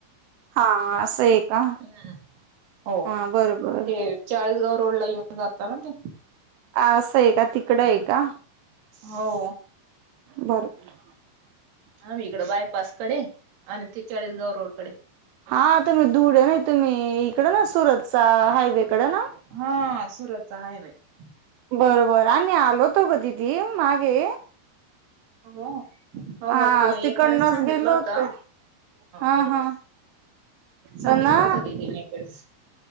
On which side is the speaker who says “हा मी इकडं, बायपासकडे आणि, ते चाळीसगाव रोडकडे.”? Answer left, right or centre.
Right